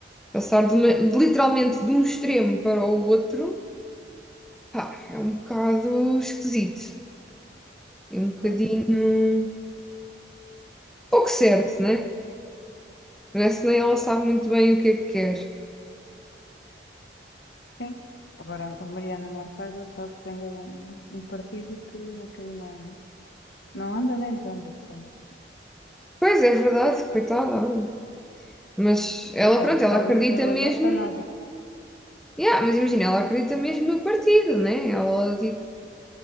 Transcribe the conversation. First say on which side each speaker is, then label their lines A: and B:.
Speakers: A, in the centre; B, on the left.
A: passar de uma- de literalmente de um extremo para o outro, pá, é um bocado esquisito. É um bocadinho
B: Pois,
A: pouco certo, né? Parece que nem ela sabe muito bem o que é que quer.
B: Sim. Agora, a Mariana Mortágua está a defender um, um partido que aquilo não, não anda nem desanda. Pronto.
A: Pois é, verdade, coitada, olha. Mas ela,
B: Coitada,
A: pronto,
B: está
A: ela
B: ali
A: acredita
B: a trabalhar
A: mesmo.
B: para nada.
A: Yeah, mas imagina, ela acredita mesmo no partido, né? Ela, tipo,